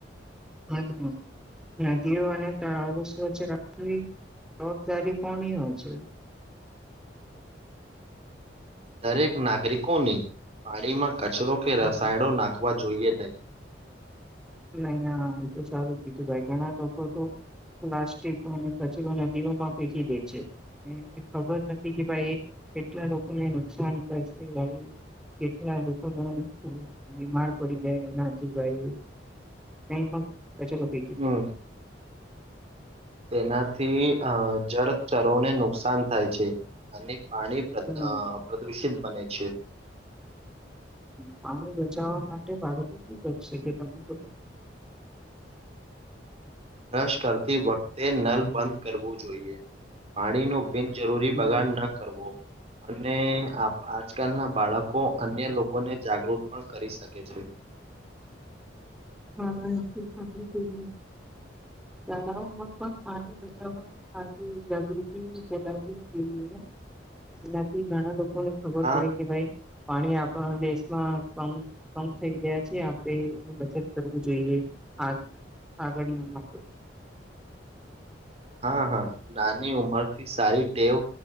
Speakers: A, in the centre; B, on the right.
A: હાતો નદીઓ અક ત અવસ્ હ છે રા જવાબદારી કોની હોય છે
B: દરેક નાગરિકોની પાણીમાં કચરો કે
A: હમ
B: રસાયણો નાખવાથી જોઈએ નહી
A: ના ના એ તો સારું કીધું ભાઈ ઘણા લોકો તો પ્લાસ્ટિક અને કચરો નદીઓમાં ફેકી દે છે એને ખબર નથી કે ભાઈ કેટલા લોકો ને નુકસાન કરશે ગ કેટલા લોકોને બીમાર પડી જાય એનાચી ભાઈ તે પણ કચરો ફેકી
B: હમ
A: દીધો
B: તેનાથી અ જળ ચરોને નુકસાન થાય છે અને પાણી
A: હમ
B: પ્રદૂષિત બને છે
A: પાણી બચાવવા માટે બાળકો શું કરી શકે તમે બ
B: બ્રશ કરતી વખતે નલ બંધ કરવું જોઈએ પાણી નો બિન જરૂરી
A: હમ
B: બગાન ન કરવો અને આજકાલના બાળકો અન્ય લોકોને જાગૃત પણ કરી શકે છે
A: હા શાળાઓમાં પણ પાણી બચાવવા આજે જાગૃતિ ફેલાવી જોઈએ એનાથી ઘણા લોકોને ખબર
B: હા
A: પડી કે ભાઈ પાણી આપણા દેશમાં કમ કમ થઈ રહ્યા છે આપણેે એ બચત કરવું જોઈએ આ આગળ માટે
B: હા હા નાની ઉંમર થી સારી ટેવ